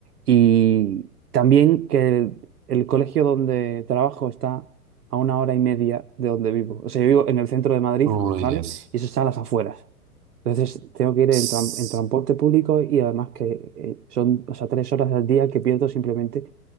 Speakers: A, on the right; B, on the right.
A: Y también que el, el colegio donde trabajo está a una hora y media de donde vivo. O sea, yo vivo en el centro de Madrid,
B: <laughs> Uy,
A: ¿vale?
B: Dios.
A: Y eso está a las afueras. Entonces tengo que ir en,
B: Sí,
A: tran- en transporte público y además que eh, son, o sea, tres horas al día que pierdo simplemente